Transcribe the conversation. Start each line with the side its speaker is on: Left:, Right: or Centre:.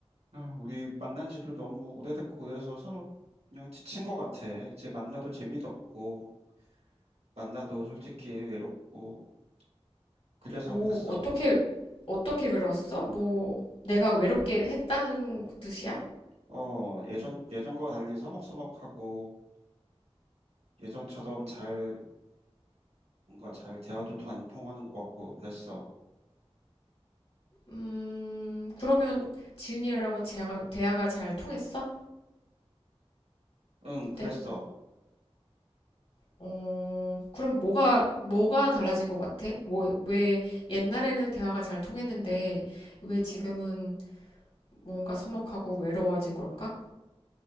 Right: 아, 우리 만난 지도 너무 오래됐고 그래서 서로 그냥 지친 것 같아. 이제 만나도 재미도 없고 만나도 솔직히 외롭고 그래서
Left: 뭐
Right: 그랬어.
Left: 어떻게 어떻게 외로웠어? 뭐 내가 외롭게 했다는 뜻이야?
Right: 어, 예전, 예전과 달리 서먹서먹하고 예전처럼 잘, 뭔가 잘 대화도통 안 통하는 것 같고 그랬어.
Left: 음, 그러면 지윤이랑은 대화가, 대화가 잘 통했어?
Right: 응,
Left: 어때?
Right: 그랬어.
Left: 어, 그럼 뭐가 뭐가 달라진 것 같아? 뭐 왜 옛날에는 대화가 잘 통했는데 왜 지금은 뭔가 서먹하고 외로워진 걸까?